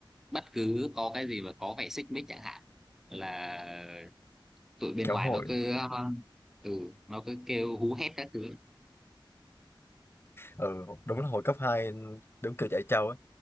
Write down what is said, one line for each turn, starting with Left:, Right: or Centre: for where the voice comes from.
Centre: bất cứ có cái gì mà có vẻ xích mích chẳng hạn là tụi bên
Left: kéo
Centre: ngoài
Left: <laughs> hội
Centre: nó cứ ừ, nó cứ kêu hú hét các thứ
Left: ừ đúng là hồi cấp hai đúng kiểu chạy trâu ấy